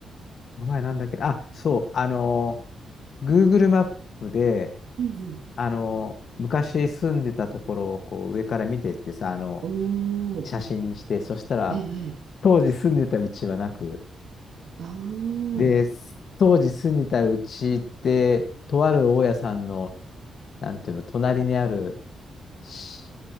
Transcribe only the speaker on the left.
この前なんだっけ、あ、そう、あのー、Google マップで、
あの昔住んでたところをこう上から見てってさ、あの、
写真にして、
そしたら、
当時住んでたうちはなく、
で、当時住んでたうちって、とある大家さんの、なんていうの、隣にあるし